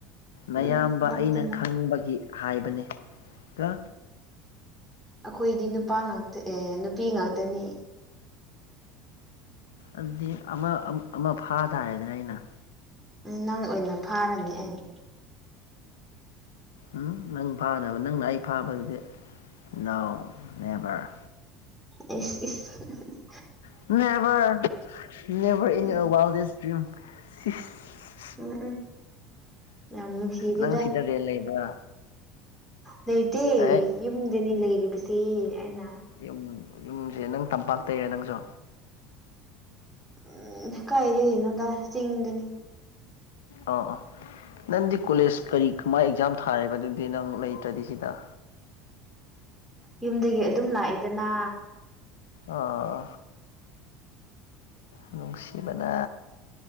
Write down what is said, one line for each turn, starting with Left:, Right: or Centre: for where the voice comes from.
Left: ꯃꯌꯥꯝꯕ
Centre: ꯎꯝ ꯅꯞꯇꯅ
Left: ꯑꯩꯅ ꯈꯪꯕꯒꯤ ꯍꯥꯏꯕꯅꯦ ꯀ
Centre: ꯑꯩꯈꯣꯏꯗꯤ ꯅꯨꯄꯥ ꯉꯥꯛꯇ ꯑꯦ ꯅꯨꯄꯤ ꯉꯥꯛꯇꯅꯤ
Left: ꯑꯗꯨꯗꯤ ꯑꯃ ꯐꯝ ꯑꯃ ꯐꯥ ꯇꯗꯅ ꯑꯩꯅ
Centre: ꯅꯪ ꯑꯣꯏꯅ ꯐꯥꯔꯅꯤ ꯑꯩꯅ
Left: ꯎ ꯅꯪ ꯐꯥꯅꯕ ꯅꯪꯅ ꯑꯩ ꯐꯥꯕꯗꯨꯗꯤ ꯅꯣ ꯅꯦꯕꯔ
Centre: ꯑꯦꯁ ꯏꯁ ꯍꯍꯍꯍ
Left: <unintelligible>
Centre: ꯎꯝ ꯎꯝ ꯎꯝ ꯌꯥꯝ ꯅꯨꯡꯁꯤꯔꯤꯗ
Left: ꯅꯪ ꯁꯤꯗ ꯔꯦꯟ ꯂꯩꯕ꯭ꯔꯥ
Centre: ꯂꯩꯇꯦ
Left: ꯑꯩ
Centre: ꯌꯨꯝꯗꯅꯤ ꯂꯩꯔꯤꯕꯁꯤ ꯑꯩꯅ
Left: ꯌꯨꯝ ꯌꯨꯝꯁꯦ ꯅꯪ ꯇꯝꯄꯥꯛꯇꯩꯔꯦ ꯅꯪꯁꯨ
Centre: ꯎ ꯎꯝ ꯀꯥꯏꯔꯤꯅꯣꯗ ꯆꯤꯡꯗꯅꯤ
Left: ꯑꯣ ꯑꯣ ꯅꯪꯗꯤ ꯀꯣꯂꯦꯖ ꯀꯔꯤ ꯀꯃꯥꯏ ꯑꯦꯛꯖꯥꯝ ꯊꯥꯔꯦꯕ ꯑꯗꯨꯗꯤ ꯅꯪ ꯂꯩꯇ꯭ꯔꯗꯤ ꯁꯤꯗ
Centre: ꯌꯨꯝꯗꯒꯤ ꯑꯗꯨꯝ ꯂꯥꯛꯏꯗꯅ
Left: ꯑꯣ ꯅꯨꯡꯁꯤꯕꯅ